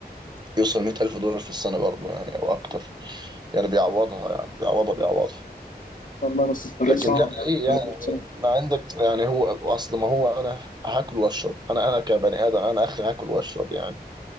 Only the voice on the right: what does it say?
بيوصل 100000 دولار في السنه برضه يعني او اكتر يعني بيعوضها يعني بيعوضها بيعوضها
لكن
لا
ايه
يعني
ما عندك يعني هو اصل ما هو انا هاكل واشرب انا انا كبني ادم انا اخي هاكل واشرب يعني